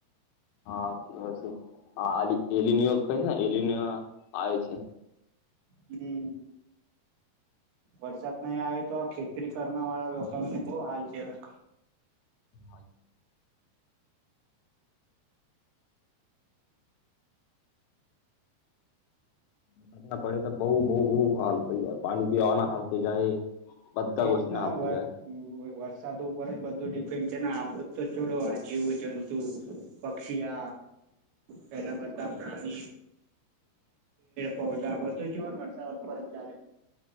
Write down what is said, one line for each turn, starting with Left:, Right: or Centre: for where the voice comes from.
Left: હા હશેું હાલી એલનયોર્ક ને એલીને આવે છે
Right: હમ વરસાદ નહી આવે તો આ ખેતરી કરના વાળા લોકોને બહ હાલ ચલા
Left: હા વરસાદ ના પડે તો બહુ બહુ બહુ હાલ થઈ જાય પાણી પીવાના હાલ થઈ જાય બધા
Right: એ
Left: ગોષ્ઠીના
Right: જ ના
Left: હાલ થઈ જાય
Right: વરસાદ ઉપર જ બધું ડિપેન્ડ છે ને આપડું તો છોડો જીવ જંતુ પક્ષી પેલા બધાા પેડ પદા બધું જીવન વરસાર પરત જ